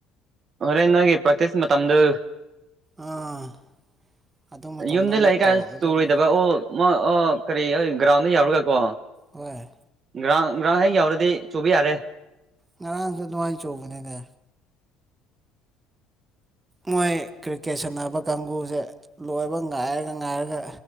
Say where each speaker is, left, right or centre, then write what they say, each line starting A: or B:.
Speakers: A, on the right; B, on the right.
A: ꯍꫭꯔꯦꯟ ꯅꯣꯏꯒꯤ ꯄꯦꯛꯇꯤꯁ ꯃꯇꯝꯗꯨ
B: ꯑꯥ ꯑꯗꯨ ꯃꯇꯝꯗ
A: ꯌꯨꯝꯗ
B: ꯑꯃꯨꯛ
A: ꯂꯩꯔꯤ
B: ꯇꯧꯔꯛꯀꯗꯧꯕ
A: ꯀꯥꯟꯗ ꯆꯨꯔꯣꯏꯗꯕ ꯑꯣ ꯃꯥ ꯑꫭ ꯀꯔꯤ ꯒ꯭ꯔꯥꯎꯟꯗ ꯌꯥꯎꯔꯒ ꯀꯣ
B: ꯍꫭꯏ
A: ꯒ꯭ꯔꯥꯎꯟ ꯒ꯭ꯔꯥꯎꯟ ꯍꯦꯛ ꯌꯧꯔꯗꯤ ꯆꯨꯕ ꯌꯥꯔꯦ
B: ꯉꯔꯥꯡꯁꯨ ꯑꯗꯨꯃꯥꯏꯅ ꯆꯧꯕꯅꯤꯅꯦ ꯃꯣꯏ ꯀ꯭ꯔꯤꯛꯀꯦꯠ ꯁꯥꯟꯅꯕ ꯀꯥꯡꯕꯨꯁꯦ ꯂꯣꯏꯕ ꯉꯥꯏꯔꯒ ꯉꯥꯏꯔꯒ